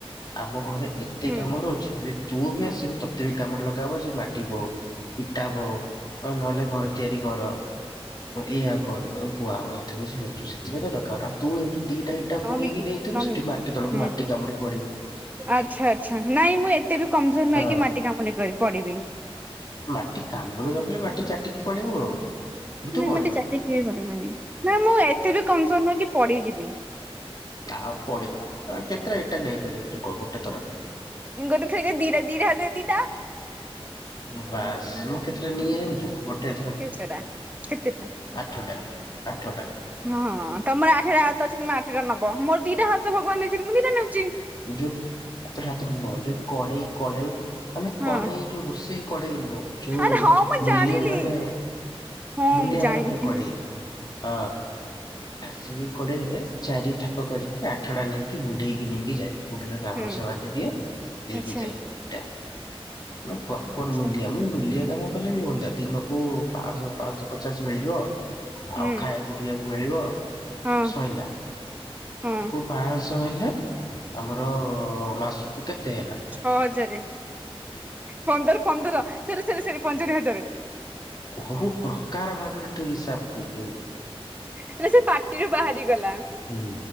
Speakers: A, on the left (about 40°); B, on the right (about 15°).
A: ଆମ ଘରେ ଏତେ
B: ହୁଁ
A: କାମ ରହୁଛେ ଯଦି ତୁ ବି
B: ହୁଁ
A: ଆସିବୁ ତ ତତେ ବି କାମରେ ଲଗାହବ ଯେ ମାଟିବୋହ ଇଟା ବୋହ ନହେଲେ ଘରେ ତିଆରି କର ଏଇଆ କର କୁହାହବ ତତେ ବୁଝିପାରୁଛୁ। ସେଥିପାଇଁ ତ ଡକାହେଲା ତୁ ଏଇଠୁ ଦିଟା
B: ନଅ
A: ଇଟା ବୋହିକି
B: ମିନିଟ
A: ନେଇଥିବୁ
B: ନଅ
A: ସେଠି
B: ମିନିଟ
A: ମାଟି ତଳକୁ
B: ହୁଁ
A: ମାଟି କାମୁଡି ପଡିବୁ।
B: ଆଚ୍ଛା ଆଚ୍ଛା ନାଇଁ ମୁଁ ଏତେ ବି କମଜୋର ନାହିଁକି
A: ହଁ
B: ମାଟି କାମୁଡି କ ପଡିବି।
A: ମାଟି କାମୁଡି ନ ପଇଲେ ମାଟି ଚାଟିକି ପଡିବୁ ଆଉ କିନ୍ତୁ
B: ନାଇଁ
A: ପଡିବୁ।
B: <unintelligible> ନା ମୁଁ ଏତେ ବି କମଜୋର ନୁହେଁ କି ପଡିଯିବି।
A: ଆଉ ପଡିଯିବୁ। କେତେଟା ଇଟା ନେଇପାରିବୁ ତୁ କହ ଗୋଟେ ଥରକରେ?
B: ଗୋଟେ ଥରକେ ଦିଇଟା। ଦିଟା ହାତରେ ଦିଟା।
A: ବାସ୍ ମୁଁ କେତେଟା ନିଏ ଯାଣିଛୁ ମୋ ଟେ ଥରକରେ
B: କେତେଟା କେତେଟା
A: ଆଠଟା ଆଠଟା।
B: ହଁ ତମର ଆଠଟା ହାତ ଅଛି ତମେ ଆଠଟା ନବ। ମୋର ଦିଟା ହାତ ଭଗବାନ ଦେଇଛନ୍ତି ମୁଁ ଦିଟା ନେଉଛି।
A: ଯଉ ହାତରେ ହାତରେ ନୁହଁ ଯୋଉ କଡେଇ କଡେଇ ମାନେ
B: ହଁ
A: କରେଇ ଯୋଉ ରୋଷେଇ କଡେଇ ନୁହଁ ଯୋଉ
B: ଆରେ ହଁ ମୁଁ
A: ମୂଲିଆ
B: ଜାଣିଲି
A: ମାନେ
B: ହଁ
A: ମୁଲିଆ
B: ମୁଁ ଜାଣିଲି
A: ମାନଙ୍କର କଡେଇ ହଁ। ସେଇ କୋଡେଇରେ ଚାରି ଥାକ କରିକି ଆଠ ଟା ନେଇକି ମୁଣ୍ଡେଇକି ନେଇକି ଯାଏ। ମୁଣ୍ଡରେ ଗାମୁଛା
B: ହୁଁ
A: ବାନ୍ଧିଦିଏ ନେଇକି
B: ଆଚ୍ଛା
A: ଯାଏ ଇଟା <unintelligible> କଣ
B: ଆଚ୍ଛା
A: ମୂଲିଆ ମୁଁ ମୂଲିଆ କାମ କଲେ ବି ହୁଅନ୍ତା ଦିନକୁ ପାଞ୍ଚଶହ ପାଞ୍ଚଶହ ପଚାଶ ମିଳିବଯିବ। ଆଉ
B: ହୁଁ
A: ଖାଇବାକୁ ପିଇବାକୁ ମିଳିବ
B: ହଁ
A: ଶଇଲା।
B: ହଁ
A: ପାଞ୍ଚଶହ ହେଲେ ଆମର ମାସକୁ କେତେ ହେଲା?
B: ଛଅ ହଜାରେ। ପନ୍ଦର ପନ୍ଦର ସରି ସରି ସରି ପନ୍ଦର ହଜାର।
A: କୋଉ ପ୍ରକାର ଭାବରେ ତୁ ହିସାବ କଲୁ?
B: ନାଇ ସେ ପାଟିରୁୁ ବାହାରି ଗଲା।
A: ହୁଁ